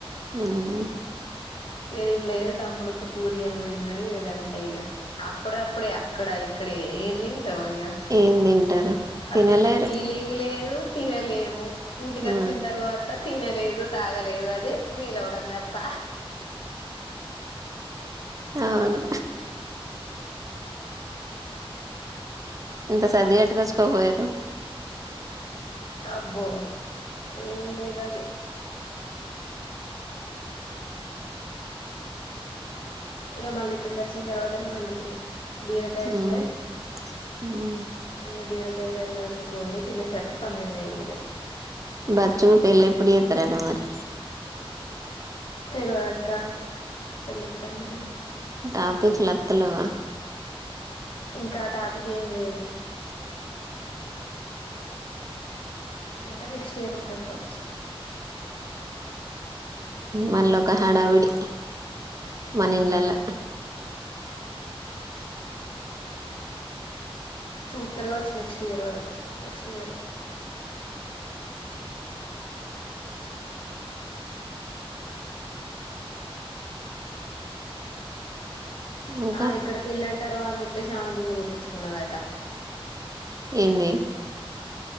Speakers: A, on the right; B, on the left.
A: ఉమ్
B: ఇగ తిన్లేదు. తమ్ముడు ఒక పూరీ ఏమో తిన్నడు. ఇక గంతే ఇగ అప్పుదప్పుడే. అ అక్కడ ఇక్కడ ఏం తింటాం ఇగా
A: ఏం తింటారు
B: ఆ
A: తినలేరు
B: తిన్న ఫీలింగ్ లేదు. తినలేము ఇంటికి వచ్చిన
A: ఆ
B: తర్వాత తినలేదు, తాగలేదు అదే ఫీల్ అవడం. తప్పా
A: అవును
B: ఇ
A: ఇంత సది అటుకొచ్చుకోపొయ్యిరు.
B: అబ్బో ఏం లేదది ఇగ మళ్ళీ ఇక్కడికి వచ్చిన తర్వాతనే వండుకున్నాం. బీరకాయ
A: మ్మ్
B: ఉండే
A: మ్మ్
B: ఇగా బీరకాయ కరి వండుకోని తినేసరికి పన్నెండయింది. ఇగ
A: బచ్చు పెళ్లెప్పుడు చేతరాట మరి
B: తెల్వదక్క పెళ్లెప్పుడన్నాది
A: టాపిక్ లతలేవా
B: ఇంకా టాపిక్ ఏం లేదు. అంటే నెక్స్ట్ ఇయర్ ఉంటది కావచ్చు.
A: మళ్ళ ఒక హడావిడి మనఇళ్లల
B: ఉమ్ చూతరు గావచ్చు నెక్స్ట్ ఇయర్ వరకు నెక్స్ట్ ఇయర్
A: ఇంకా
B: ఆ ఇక్కడ పెళ్ళాంట్ టారు అని చెప్పిసి ఆమె గుండు కొట్టించుకున్నదట.
A: ఏంది